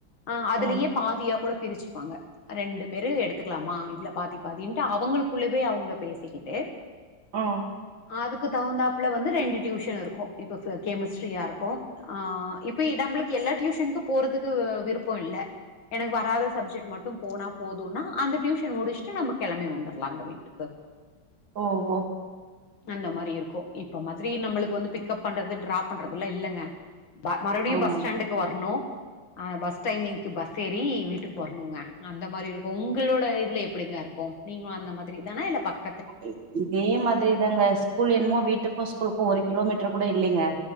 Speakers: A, on the left; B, on the right.
A: ஆ அதுலயே
B: ம்
A: பாதியாக் கூட பிரிச்சு ப்பாங்க ரெண்டு பேரு எடுத்துக்கலாமா இதுல பாதி பாதின்ட்டு அவங்களுக்குள்ளவே அவங்க பேசிக்கிட்டு
B: ம்
A: அதுக்கு தகுந்தாப்ல வந்து ரெண்டு டியூஷன் இருக்கும் இப்ப ஃபி கெமிஸ்ட்ரியா இருக்கும் ஆ இப்போ இ தம்ளுக்கு எல்லா டியூஷன்க்கு போறதுக்கு விருப்பொ இல்ல எனக்கு வராத சப்ஜெட் மட்டும் போனா போதுன்னா அந்த டியூஷன் முடிஷ்ட்டு நம்ப கெளம்பி வந்துர்லாங்க வீட்டுக்கு
B: ஓஹோ
A: அந்த மாரி இருக்கும் இப்ப மாத்ரி நம்பளுக்கு வந்து பிக்கப் பண்றது ட்ராப் பண்றதுல்லா இல்லங்க ப மறுபடியு
B: ஆமாங்க
A: பஸ் ஸ்டாண்டுக்கு வர்ணு ஆ பஸ் டைமிங்க்கு பஸ் ஏறி வீட்டுக்கு போற் னுங்க அந்த மாரி இருக்கும் உங்களோட இதுல எப்படிங்க இருக்கும் நீங்களு அந்த மாதிரி தானா இல்ல பக்
B: இ இதே மாதிரி தாங்க ஸ்கூல் என்னுமோ வீட்டுக்கும் ஸ்கூலுக்கும் ஒருக் கிலோமீட்டர் கூட இல்லைங்க